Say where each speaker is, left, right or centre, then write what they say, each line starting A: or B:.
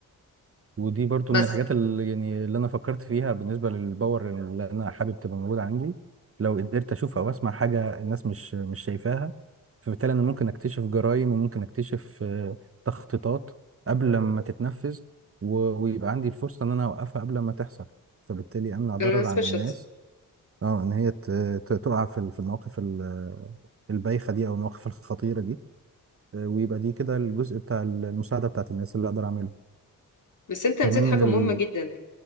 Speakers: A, on the right; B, on the left.
A: ودي برضو
B: بس
A: من الحاجات اللي يعني اللي انا فكرت فيها بالنسبه للباور اللي انا حابب تبقى موجوده عندي لو قدرت اشوف او اسمع حاجه الناس مش مش شايفاها فبالتالي انا ممكن اكتشف جرائم وممكن اكتشف آه، تخطيطات قبل ما تتنفذ و- ويبقى عندي الفرصه ان انا اوقفها قبل ما تحصل فبالتالي امنع ضرر
B: بالنسبة
A: عن
B: للشخص
A: الناس اه ان هي ت- ت- تقع في ال- في المواقف ال- البايخه دي او المواقف الخطيره دي آه، ويبقى دي كده الجزء بتاع المساعده بتاعت الناس اللي اقدر اعمله
B: بس انت
A: كمان
B: نسيت
A: من
B: حاجة
A: ال...
B: مهمة جدا